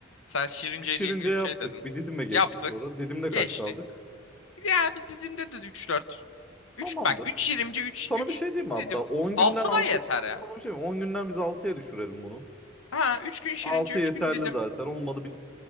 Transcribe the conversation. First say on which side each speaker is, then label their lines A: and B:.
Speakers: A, on the left; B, in the centre.
A: Sen Şirince
B: Bir şirince
A: ile ilgili
B: yaptık.
A: bir şey dedin.
B: Bir Didim'e geçtik
A: Yaptık.
B: sonra. Didim'de
A: Geçti.
B: kaç kaldık?
A: Ya bir dediğimde de üç dört.
B: Tamamdır.
A: 3 bak 3 şirince 3
B: Sana
A: 3
B: bir şey diyeyim mi hatta?
A: dedim.
B: 10
A: 6
B: günden 6.
A: da yeter ya.
B: Sana bir şey mi? 10 günden biz altıya düşürelim bunu.
A: Ha 3 gün şirince
B: 6
A: 3
B: yeterli
A: gün dedim.
B: zaten. Olmadı bir